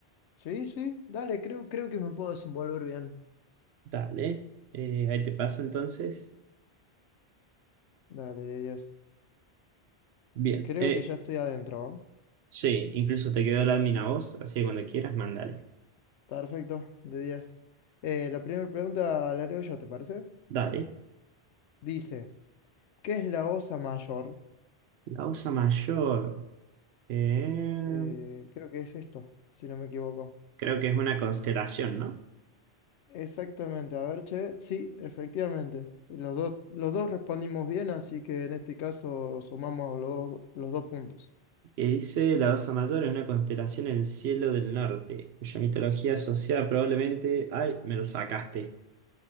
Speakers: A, on the left; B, on the right.
A: Sí, sí, dale, creo, creo que me puedo desenvolver bien.
B: Dale. Eh, ahí te paso entonces.
A: Dale, de 10.
B: Bien.
A: Creo
B: Eh,
A: que ya estoy adentro. ¿eh?
B: sí, incluso te quedó el admin a vos, así que cuando quieras, mándale.
A: Perfecto, de 10. Eh, la primera pregunta la leo yo, ¿te parece?
B: Dale.
A: Dice, ¿qué es la osa mayor?
B: La osa mayor. eh,
A: Eh, creo que es esto, si no me equivoco.
B: creo que es una constelación, ¿no?
A: Exactamente, a ver, che, sí, efectivamente. Los dos, los dos respondimos bien, así que en este caso sumamos los, dos- los dos puntos.
B: que dice la Osa Mayor es una constelación en el cielo del norte, cuya mitología asociada probablemente... ¡Ay, me lo sacaste!